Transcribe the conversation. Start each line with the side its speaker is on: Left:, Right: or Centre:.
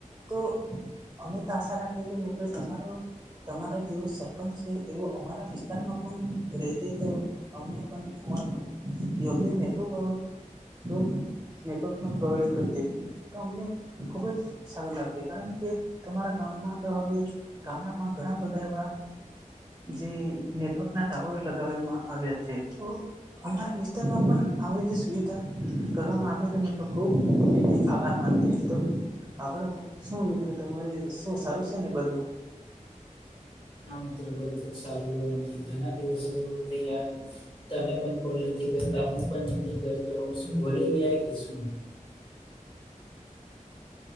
Right: તો અમે તો આશા રાખીએ કે મિત્રો તમારો. તમારો જેવો સરપંચ છે એવો અમારા વિસ્તારમાં પણ રતે તો અમને પણ યો નેટવકવ <unintelligible> નેટવર્ક પણ પ્રોવાઈડ કરતી તો અમને ખૂબ જ સારું લાગત કારણ કે તમારા ગામમાં તો હવે ગામડામાં ઘણા બધા એવા જે નેટવર્ક ના ટાવરો લગાવવામાં આવ્યા છે તો. અમારા વિસ્તારમાં પણ આવી જે સુવિધા કરવામાં આવે તો મિત્રો ખુબ. આભાર માનતી તો આગળ શું મિત્રો તમારે શું સારું છે ને બધું.
Left: હા મિત્ર બધું જ ચારું ઘણા દિવસો <unintelligible> તમે પણ કોલ નથી કરતા હું પણ નથી કરતો શું ભૂલી ગયા કે શું.